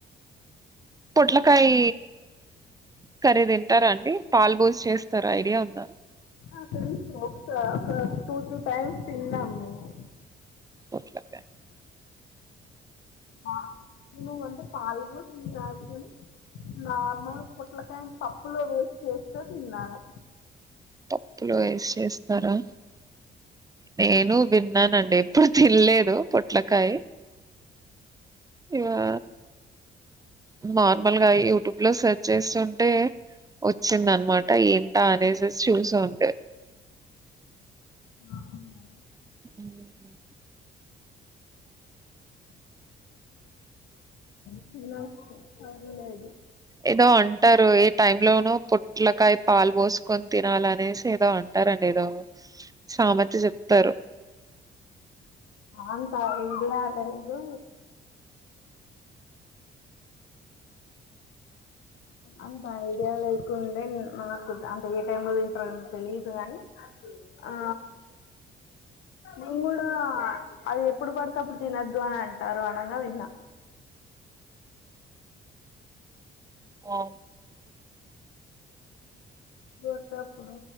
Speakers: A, on the right; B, on the left.
A: పొట్లకాయి కర్రీ తింటరా అండి పాల్ పోజ్ చేస్తారు ఐడియా ఉందా
B: ఆ తెలుసు ఒకస ఒక టూ త్రీ టైమ్స్ తిన్నాం మేము.
A: పొట్లకాయ్
B: న నువ్వంటే పాలు పోసింది నాద్ గని నార్మల్ పొట్లకా పప్పులో వేస్ చేస్తే తిన్నాను.
A: పప్పులో ఏస్ చేస్తారా నేను విన్నానండి ఎప్పుడు తిన్లేదు పొట్లకాయ్ ఇవా నార్మల్గా యూట్యూబ్లో సెర్చ్ చేస్తుంటే వచ్చిందన్నమాట ఏంట అనేసి చూసా ఉంటే
B: అవునా
A: <inaudible>
B: తినచ్చు పర్లేదు.
A: ఏదో అంటారు ఏ టైమ్ లోనో పొట్లకాయ పాలు పోస్కొని తినాలనేసి ఏదో అంటారండి ఏదో సామెత చెప్తరు.
B: అంత ఐడియా లేదు అంత ఐడియా లేకుండే అంటే ఏ టైమ్లో తింటరో తెలీదు కనీ ఆ నేన్ గుడా అది ఎప్పుడు పడితే అప్పుడు తినద్దు అన్ అంటరు అనంగా తిన్న
A: ఆ
B: గొర్తే అప్పుడు